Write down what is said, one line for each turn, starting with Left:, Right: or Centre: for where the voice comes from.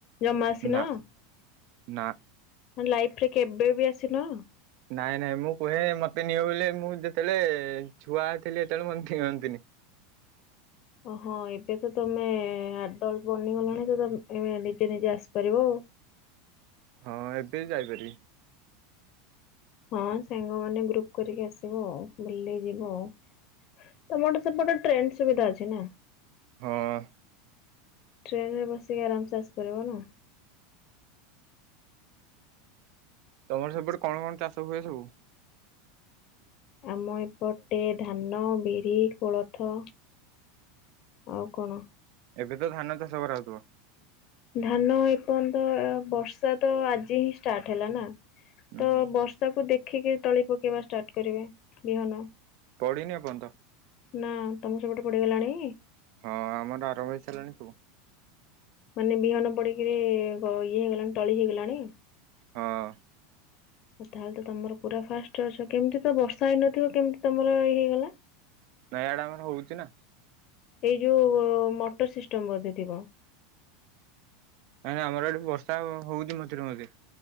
Left: ଜମା ଆସିନ
Right: ନା
Left: ମାନେ
Right: ନା
Left: ଲାଇଫରେ କେବେ ବି ଆସିନ?
Right: ନାଇଁ ନାଇଁ ମୁଁ କୁହେ ମତେ ନିଅ ବଲେ ମୁଁ ଯେତେବେଳେ ଛୁଆ ଥିଲି ସେତେବେଳେ ନିଅନ୍ତିନି।
Left: ଓ ହଁ ଏବେ ତ ତମେ ଆଡଲ୍ଟ ବନିଗଲାଣି ତ ଉମଏବେ ନିଜେ ନିଜେ ଆସିପାରିବ ଆଉ।
Right: ହଁ ଏବେ ବି ଯାଇପାରିବି।
Left: ହଁ ସାଙ୍ଗମାନେ ଗ୍ରୁପ କରିକି ଆସିବ ଆଉ ବୁଲି ଯିବ ଆଉ। ତମର ସେପଟେ ଟ୍ରେନ ସୁବିଧା ଅଛି ନା?
Right: ହଁ।
Left: ଟ୍ରେନରେ ବସିକି ଆରାମସେ ଆସିପାରିବ ନା?
Right: ତମର ସେପଟେ କଣ କଣ ଚାଷ ହୁଏ ସବୁ?
Left: ଆମ ଏପଟେ ଧାନ ବିରି କୋଳଥ। ଆଉ କଣ?
Right: ଏବେ ତ ଧାନ ଚାଷ କରାହଉଥିବ।
Left: ଧାନ ଏଇ ପର୍ଯ୍ୟନ୍ତ ବର୍ଷା ତ ଆଜି ହିଁ ଷ୍ଟାର୍ଟ ହେଲା ନା
Right: ଉଁ
Left: ତ
Right: ହୁଁ
Left: ବର ସବୁ ଦେଖିକି ତଳି ପକେଇବା ଷ୍ଟାର୍ଟ କରିବେ ବିହନ।
Right: ପଢିନି ଆପଣ ତ
Left: ନା ତମ ସେପଟେ ପଡିଗଲାଣି।
Right: ହଁ ଆମର ଆରମ୍ଭ ହେଇସାରିଲାଣି ସବୁ।
Left: ମାନେ ବିହନ ପଡିକିରି ଇଏ ହେଇଗଲାଣି ତଳି ହେଇଗଲାଣି।
Right: ହଁ।
Left: ତାହେଲେ ତମର ପୁରା ଫାଷ୍ଟ ଅଛ କେମିତି ତ ବର୍ଷା ହେଇନଥିବ କେମିତି ତମର ଇଏ ହେଇଗଲା?
Right: ନା ଆଡ଼େ ଆମର ହଉଛି ନା?
Left: ଏଇ ଯୋଉ ମଟର ସିଷ୍ଟମ ବୋଧେ ଥିବ।
Right: ନାଇଁ ଆମର ଏଠି ବର୍ଷା ହଉଛି ମଝିରେ ମଝିରେ।